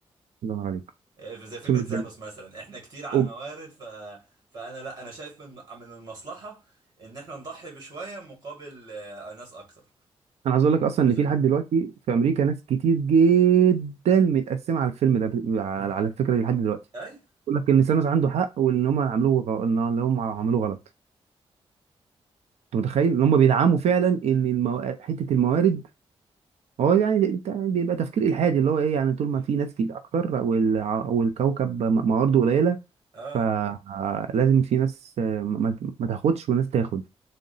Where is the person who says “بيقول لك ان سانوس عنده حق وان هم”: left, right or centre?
Right